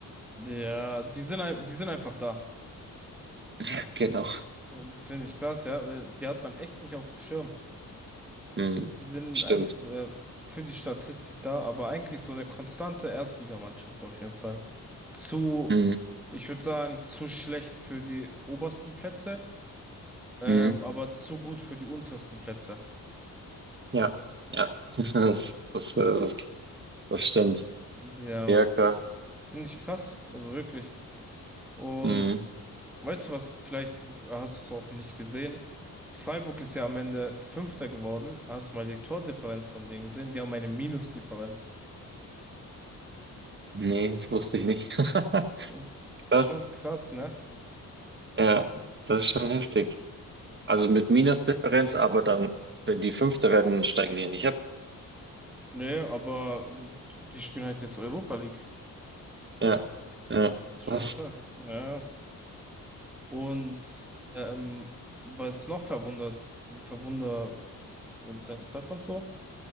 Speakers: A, in the centre; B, on the right.
A: Ja, die sind, ein- die sind einfach da.
B: <laughs> Genau.
A: Und Das finde ich krass, ja, weil die hat man echt nicht auf dem Schirm.
B: Mhm.
A: Die sind
B: Stimmt.
A: einfach äh, für die Statistik da, aber eigentlich so eine konstante Erstligamannschaft auf jeden Fall. Zu,
B: Mhm.
A: ich würde sagen, zu schlecht für die obersten Plätze, ähm,
B: Mhm.
A: aber zu gut für die untersten Plätze.
B: Ja, ja. <laughs> Das, das, äh, das, das stimmt.
A: Ja,
B: Ja, krass.
A: finde ich krass, also wirklich. Und
B: Mhm.
A: weißt du was, vielleicht hast du es auch nicht gesehen. Freiburg ist ja am Ende Fünfter geworden. Hast du mal die Tordifferenz von denen gesehen? Die haben eine Minusdifferenz.
B: Nee, das wusste ich nicht. <laughs>
A: Das
B: Krass.
A: ist schon krass, ne?
B: Ja, das ist schon heftig. Also mit Minusdifferenz, aber dann, wenn die Fünfte werden, steigen die nicht ab.
A: Nee, aber äh, die spielen halt jetzt Europa League.
B: Ja, ja,
A: Ja, Ist
B: krass.
A: schon krass. Ja. ja. Und ähm, was noch verwundert, verwunder, sagt man so,